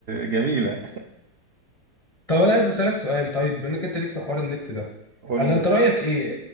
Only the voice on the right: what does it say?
جميله
قول
لي